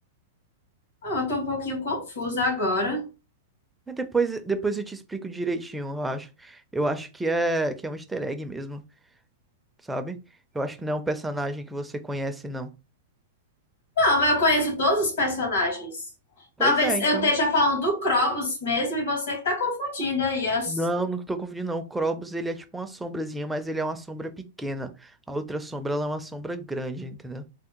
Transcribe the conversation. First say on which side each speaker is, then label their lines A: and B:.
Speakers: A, on the left; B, in the centre.
A: Ah, eu tô um pouquinho confusa agora.
B: Mas Depois, depois eu te explico direitinho, eu acho. Eu acho que é, que é um easter egg mesmo, sabe? Eu acho que não é um personagem que você conhece, não.
A: Não, mas eu conheço todos os personagens.
B: Pois
A: Talvez
B: é,
A: eu
B: então.
A: esteja falando do Krobus mesmo e você que tá confundindo aí. as-
B: Não, não tô confundindo, não. O Krobus, ele é tipo uma sombrazinha, mas ele é uma sombra pequena. A outra sombra, ela é uma sombra grande, entendeu?